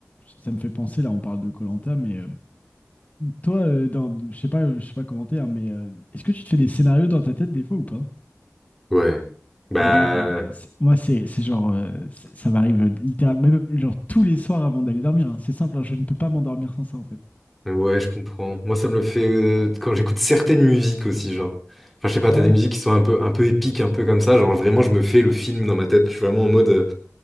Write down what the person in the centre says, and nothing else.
Ouais. Bah,
Ouais, je comprends. Moi, ça me le fait euh, quand j'écoute certaines musiques aussi, genre. Enfin, je sais pas,
t'as
des musiques qui sont un peu, un peu épiques, un peu comme ça. Genre, vraiment, je me fais le film dans ma tête. Je suis vraiment en mode, euh,